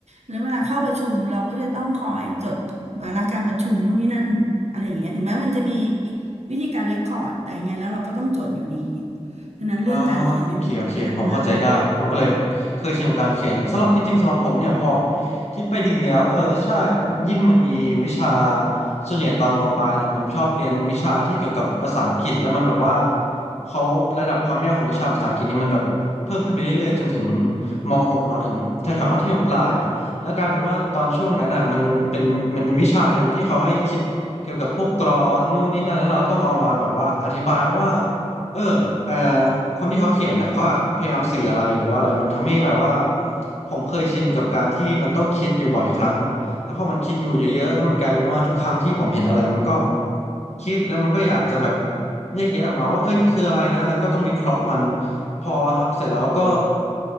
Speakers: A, on the right; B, on the left.
A: แล้วเวลาเข้าประชุมเราก็จะต้องคอยจดวาระการประชุมนู่นนี่นั่นอะไรอย่างเงี้ยถึงแม้มันจะมีวิธีการเรคคอร์ดแต่ยังไงแล้วเราก็ต้องจดอยู่ดีฉะนั้นเรื่องการเขียนเป็นเรื่องสำคัญมาก
B: อ่าโอเคโอเคผมเข้าใจได้มันก็เลยเคยชินกับการเขียนสำหรับจริงๆสำหรับผมเนี่ยพอคิดไปดีๆแล้วเออใช่ยิ่งมันมีวิชาส่วนใหญ่ตอนมปลายเนี่ยผมชอบเรียนวิชาที่เกี่ยวกับภาษาอังกฤษแล้วมันแบบว่าเขาระดับความยากของวิชาภาษาอังกฤษนี่มันแบบเพิ่มขึ้นไปเรื่อยๆจนถึงม .6 เนาะถึงแถวๆมัธยมปลายอะแล้วกลายเป็นว่าตอนช่วงนั้นอ่ะมันเป็นมันมีวิชาหนึ่งที่เขาให้คิดเกี่ยวกับพวกกลอนนู่นนี่นั่นแล้วเราต้องเอามาแบบว่าอธิบายว่า เออเออคนที่เขาเขียนอ่ะเขาอะพยายามสื่ออะไรหรือว่าอะไรมันทำให้แบบว่าผมเคยชินกับการที่มันต้องคิดอยู่บ่อยครั้ง แล้วพอมันคิดอยู่เยอะๆแล้วมันกลายเป็นว่าทุกครั้งที่ผมเห็นอะไรมันก็คิดแล้วมันก็อยากจะแบบแยกแยะออกมาว่าเออนี่คืออะไรนะแล้วก็ต้องวิเคราะห์มันพอทำเสร็จแล้วก็